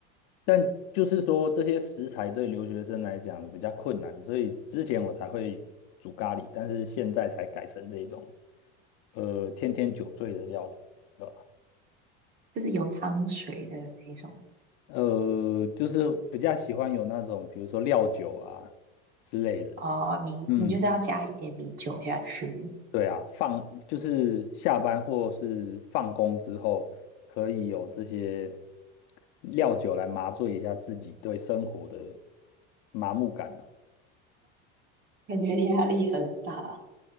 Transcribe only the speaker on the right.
<laughs> 就是有汤水的那一种。
哦，米，
你就是要加一点米酒下去，
感觉压力很大。